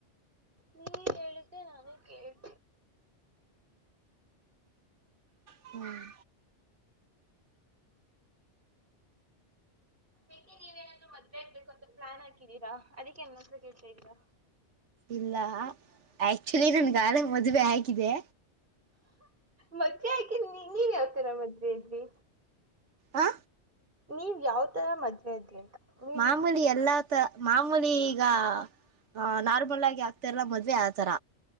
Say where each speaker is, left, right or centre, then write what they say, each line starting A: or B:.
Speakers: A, on the right; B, on the right.
A: ನೀವ ಹೇಳದ್ರೆ ನಾನು ಕೇಳ್
B: ಹ್ಮ್
A: ಏಕೆ ನೀವೇಏನಾದ್ರರು ಮದ್ವೆ ಆಗ್ಬೇಕು ಅಂತ ಪ್ಲಾನ್ ಹಾಕಿದ್ದೀರಾ ಅದಕ್ಕೆೇ ನನ್ನತ್ರ ಕೇಳ್ತಾ ಇದಿರಾ
B: ಇಲ್ಲ ಆಕ್ಚುಲಿ ನನ್ಗಾಲ ಮದುವೆ ಹಾಗಿದೆ
A: ಮದ್ವೆ ಯಾಕೆ ನೀ ನೀನ್ ಯಾವತೀರ ಮದುವೆ ಆದ್ರಿ
B: ಆ
A: ನೀವ್ ಯಾವ ತರ ಮದ್ವೆ ಆದರಿ ಅಂತ ನೀವ್
B: ಮಾಮೂಲಿ ಎಲ್ಲಾ ತ ಮಾಮೂಲಿ ಈಗ ಆ ನಾರ್ಮಲ್ ಆಗಿ ಆಗ್ತರ್ಲ್ಲ ಮದ್ವೆ ಆತರ